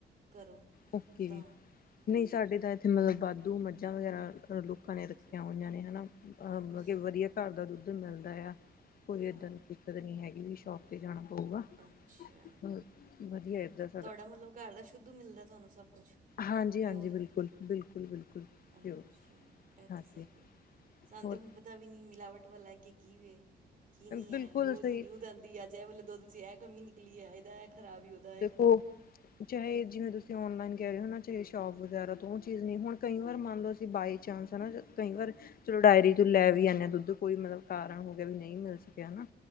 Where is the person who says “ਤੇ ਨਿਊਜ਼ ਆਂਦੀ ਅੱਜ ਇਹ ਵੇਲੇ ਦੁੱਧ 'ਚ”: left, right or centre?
Right